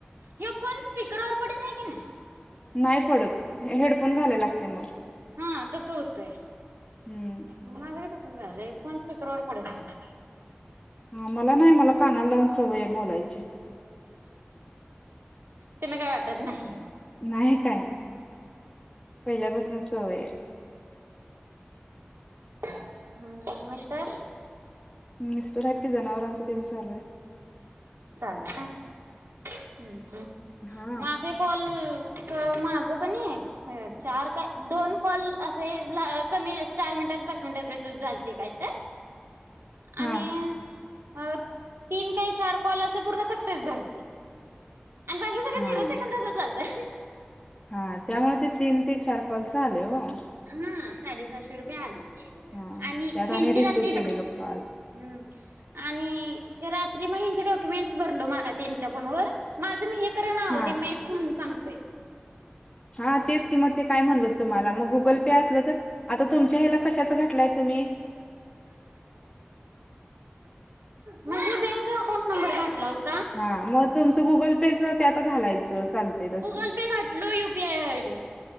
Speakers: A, on the right; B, on the left.
A: हे फोन स्पीकरवर पडत नाही कनी
B: नाही पडत. हेडफोन घालाय लागतय मग
A: हा तस होतय.
B: हम्म
A: माझं तस झालंय फोन स स्पिकरवर पडत नाह
B: हा मला नाही मला कान नाला लावून सवय हाय, बोलायची.
A: तेन काय वाटत नाही.
B: नाही काय पहिल्यापासून सवय हाय.
A: हम मिस्टर?
B: मिस्टर आहेत की, जनावरांच तेन‌ चालू हाय.
A: चालू हाय.
B: हा
A: माझे काॅल त माझं कनी ह चार का दोन कॉल असे कमी चार मिनटात पाच मिनटच झालते काय तर.
B: हा
A: आणि अ तीन काही चार पू पूर्ण सक्सेस झालते. आणि बाकी सगळं
B: हा
A: झिरो
B: हा
A: सेकंदाच चालतं.
B: हा त्यामुळे ते तीन ते चार कॉल चालू आहे ओ.
A: हा साडेसहाशे रुपये आले.
B: हा
A: आणि
B: त्यात
A: यांची
B: रिसिव्ह
A: रात्री,
B: केलेलं कॉल
A: हम् आणि रात्री म हचे डॉक्युमेंट्स भरलो त्यांच्या फोनवर माझं मी हे- -
B: हा
A: <unintelligible> मॅच म्हणून सांगतोय.
B: हा तेच किंमत ते, काय म्हणलो तुम्हाला मग गुगल पे असलं तर, आता तुमच्या हिला कशाच घटलाय तुम्ही
A: माझ्या बँक अकाउंट नंबर घातला होता
B: हा मग तुमचं गुगल पे च त्यात घालायचं चालतंय तसं
A: गुगल पे घातलो युपीआय आय डी